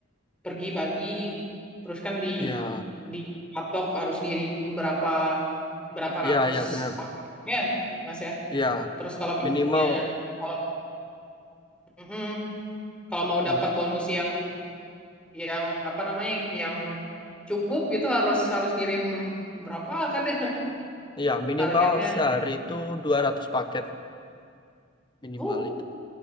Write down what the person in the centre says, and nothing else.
pergi pagi, terus kan di
dipatok harus ngirim berapa berapa
ratus
paketnya, Mas ya.
Terus kalau misalnya
kalau Mm-mm. kalau mau
dapat bonus yang yang apa namanya yang cukup gitu harus harus ngirim berapa kan ya
<laughs> targetnya.
Uh,